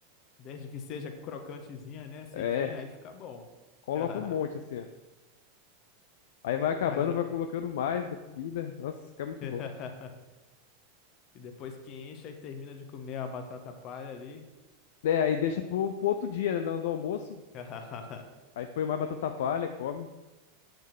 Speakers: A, on the left; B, on the left.
A: desde que seja crocantezinha, né? Sequinha,
B: é,
A: aí fica bom.
B: coloca
A: <laughs>
B: um monte assim, ó. Aí vai acabando,
A: Mas o-
B: vai colocando mais da comida. Nossa, fica muito
A: <laughs>
B: bom.
A: e depois que enche e termina de comer a batata palha ali.
B: É, aí deixa pro, pro outro dia, né? No, no almoço.
A: <laughs>
B: Aí põe mais batata palha, come.